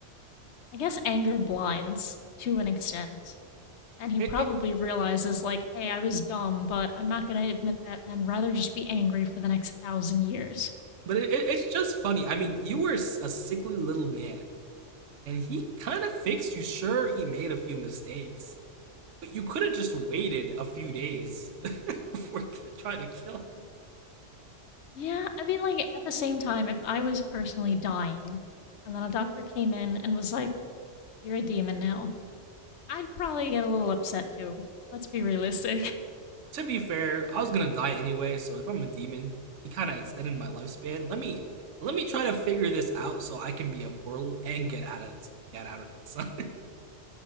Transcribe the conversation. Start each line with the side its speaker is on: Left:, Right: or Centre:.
Left: I guess anger blinds to an extent And he
Right: It,
Left: probably
Right: it,
Left: realizes, like, hey, I was dumb, but I'm not going to admit that and rather just be angry for the next thousand years.
Right: but it, it- it's just funny. I mean, you were a sickly little man and he kind of fixed you. Sure, he made a few mistakes, but you could have just waited a few days <laughs> before trying to kill him.
Left: Yeah, I mean, like, at the same time, if I was personally dying and then a doctor came in and was like, you're a demon now, I'd probably get a little upset too. Let's be realistic.
Right: To be fair, I was gonna die anyway, so if I'm a demon, he kind of extended my lifespan. Let me let me try to figure this out so I can be immortal and get out of this, get out into the sun.